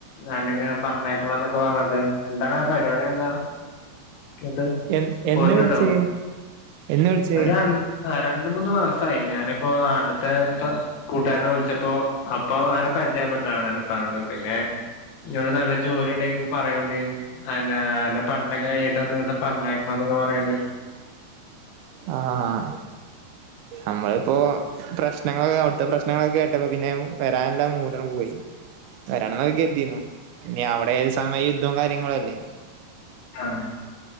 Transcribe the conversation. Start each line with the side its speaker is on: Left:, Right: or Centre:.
Left: ഞാന്ങ്ങനെ പറഞ്ഞ യക്കണോന്നൊക്കെ പർണ് ട്ട് എന്താണ് പരിവാടി എന്താ ഇന്ന്ട്ട്
Right: എ
Left: പോര്ന്ണ്ടോ
Right: എന്ന് വിളിച്ചേ എന്ന് വിളിച്ചേ
Left: ഒരണ്ട് ആഹ് രണ്ട്മൂന്ന് മാസായി ഞാന്പ്പോ അട്ത്തെ ഇപ്പ കൂട്ട്കാരനെ വിൾച്ചപ്പോ അപ്പാെ അങ്ങനെ പരിചയപ്പെട്ടതാണ് അന്റെ ഇപ്പാനോട് പിന്നെ ഇന്നോട് നല്ല ജോലി ഇണ്ടെങ്കിൽ പറയാേണ്ടി അതന്നെ അന്റെ ഇപ്പാ പട്ത്തം കൈഞിട്ട് ഒന്ന് ഇങ്ങട്ട് പർണയക്കണംന്നൊക്കെ പറയ്ണ്ട്
Right: ആഹ് അമ്മളിപ്പോൾ പ്രശ്നങ്ങളൊക്കെ അവിട്ത്തെ പ്രശ്നങ്ങളൊക്കെ കേട്ടപ്പാെ പിന്നെ വരാന്ള്ള മൂടങ്ങ്പോയി വെരണംന്ന് ഒക്കെ കെര്തീന് പിന്നെ അവിടെ ഏത് സമയം യുദ്ധംകാര്യങ്ങളും അല്ലേ
Left: ആഹ്